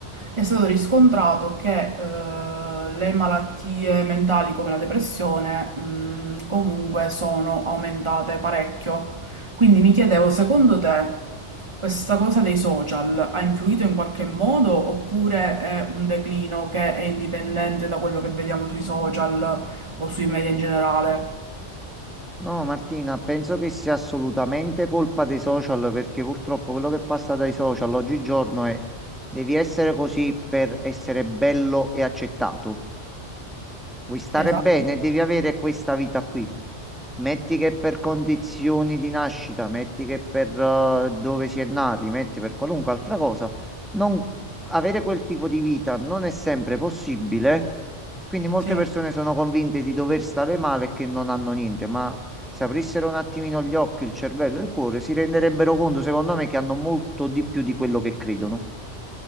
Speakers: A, on the right; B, in the centre.
A: è stato riscontrato che eh, le malattie mentali come la depressione, mh, comunque sono aumentate parecchio. Quindi mi chiedevo, secondo te, questa cosa dei social ha influito in qualche modo oppure è un declino che è indipendente da quello che vediamo sui social? o sui media in generale.
B: No, Martina, penso che sia assolutamente colpa dei social perché purtroppo quello che passa dai social oggigiorno è devi essere così per essere bello e accettato. Vuoi stare
A: Esatto,
B: bene,
A: esatto.
B: devi avere questa vita qui. Metti che per condizioni di nascita, metti che per eh, dove si è nati, metti per qualunque altra cosa, non avere quel tipo di vita non è sempre possibile. Quindi molte
A: sì.
B: persone sono convinte di dover stare male e che non hanno niente, ma se aprissero un attimino gli occhi, il cervello e il cuore, si renderebbero conto, secondo me, che hanno molto di più di quello che credono.